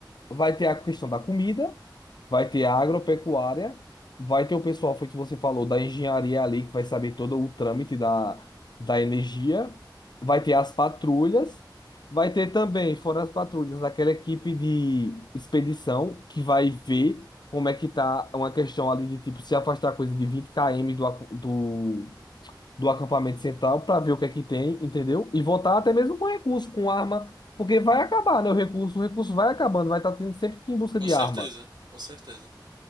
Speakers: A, on the left (about 65°); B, on the right (about 60°).
A: vai ter a questão da comida, Vai ter a agropecuária, vai ter o pessoal, foi o que você falou, da engenharia ali, que vai saber todo o trâmite da, da energia, vai ter as patrulhas, vai ter também, fora as patrulhas, aquela equipe de expedição que vai ver como é que tá uma questão ali de tipo se afastar coisa de vinte km do, ac- do, do acampamento central para ver o que é que tem, entendeu? E voltar até mesmo com recurso, com arma, porque vai acabar, né? O recurso, o recurso vai acabando, vai estar tendo sempre que ir em busca
B: Com
A: de
B: certeza,
A: arma.
B: com certeza.